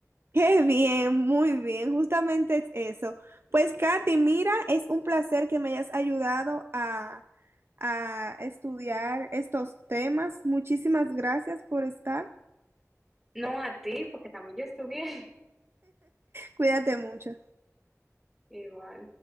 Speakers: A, on the right; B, in the centre.
A: Qué bien, muy bien, justamente es eso. Pues Katy, mira, es un placer que me hayas ayudado a, a estudiar estos temas. Muchísimas gracias por estar.
B: No a ti, porque también yo estudié
A: Cuídate mucho.
B: <laughs> igual.